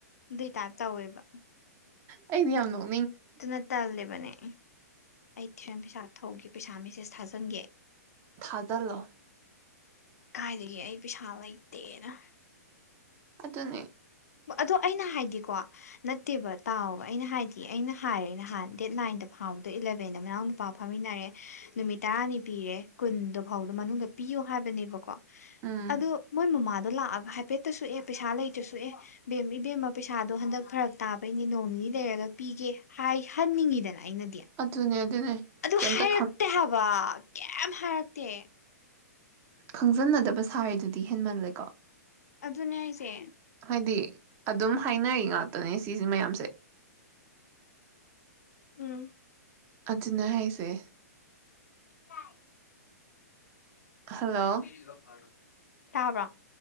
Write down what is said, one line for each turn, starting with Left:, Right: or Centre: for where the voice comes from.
Left: ꯑꯗꯨꯏ ꯇꯥꯏꯞ ꯇꯧꯋꯦꯕ꯫
Right: ꯑꯩꯗꯤ ꯌꯥꯝ ꯅꯣꯛ
Left: ꯑꯗꯨꯅ ꯇꯜꯂꯤꯕꯅꯦ꯫ ꯑꯩ ꯇꯨꯏꯁꯟ ꯄꯩꯁꯥ ꯊꯧꯒꯦ ꯄꯩꯁꯥ ꯃꯦꯁꯦꯁ ꯊꯥꯖꯤꯟꯒꯦ꯫
Right: ꯊꯥ ꯖꯜꯂꫭ꯫
Left: ꯀꯥꯏꯗꯒꯤ ꯑꯩ ꯄꯩꯁꯥ ꯂꯩ ꯇꯦꯛꯑꯦꯗ
Right: ꯇꯅꯤ
Left: ꯑꯗꯣ ꯑꯩꯅ ꯍꯥꯏꯗꯤꯀꯣ ꯅꯠꯇꯦꯕ ꯇꯥꯎꯕ ꯑꯩꯅ ꯍꯥꯏꯗꯤ ꯑꯩꯅ ꯍꯥꯏꯔꯦꯅ ꯅꯍꯥꯟ ꯗꯦꯠ ꯅꯥꯏꯟꯗ ꯐꯥꯎꯕꯗꯣ ꯏꯂꯕꯦꯟꯗ ꯃꯅꯥꯎ ꯅꯨꯄꯥ ꯐꯝꯃꯤꯟꯅꯔꯦ ꯅꯨꯃꯤꯠ ꯇꯔꯥꯅꯤ ꯄꯤꯔꯦ ꯀꯨꯟꯗ ꯐꯥꯎꯕꯗ ꯃꯅꯨꯡꯗ ꯄꯤꯌꯣ ꯍꯥꯏꯕꯅꯦꯕꯀꯣ
Right: ꯎꯝ
Left: ꯑꯗꯨ ꯃꯣꯏ ꯃꯃꯥꯗꯣ ꯂꯥꯛ ꯍꯥꯏꯐꯦꯠꯇꯁꯨ ꯑꯦ ꯄꯩꯁꯥ ꯂꯩꯇꯁꯨ ꯑꯦ ꯕꯦꯝ ꯏꯕꯦꯝꯃ ꯄꯩꯁꯥꯗꯣ ꯍꯟꯗꯛ ꯐꯔꯛ ꯇꯥꯕꯩꯅꯦ ꯅꯣꯡ ꯅꯤꯅꯤ ꯂꯩꯔꯒ ꯄꯤꯒꯦ ꯍꯥꯏꯍꯟꯅꯤꯡꯉꯤꯗꯅ꯫ ꯑꯩꯅꯗꯤ
Right: ꯑꯗꯨꯅꯦ ꯑꯗꯨꯅꯦ
Left: ꯑꯗꯨ
Right: ꯀꯩꯝꯇ
Left: ꯍꯥꯏꯔꯛꯇꯦ ꯍꯥꯏꯕ ꯀꯩꯝ ꯍꯥꯏꯔꯛꯇꯦ
Right: ꯈꯪꯖꯟꯅꯗꯕ ꯁꯥꯔꯤꯗꯨꯗꯤ ꯍꯦꯟꯃꯜꯂꯦꯀꯣ
Left: ꯑꯗꯨꯅꯦ ꯍꯥꯏ ꯆꯦ
Right: ꯍꯥꯏꯗꯤ ꯑꯗꯨꯝ ꯍꯥꯏꯅꯔꯤ ꯉꯥꯛꯇꯅꯦ ꯁꯤꯁꯤ ꯃꯌꯥꯝꯁꯦ
Left: ꯎꯝ
Right: ꯑꯗꯨꯅꯦ ꯍꯥꯏꯁꯦ
Left: ꯆ
Right: ꯍꯜꯂꯣ
Left: ꯀꯔꯤꯗꯤ ꯂꯧ ꯐꯥꯔ ꯇꯥꯕ꯭ꯔꯥ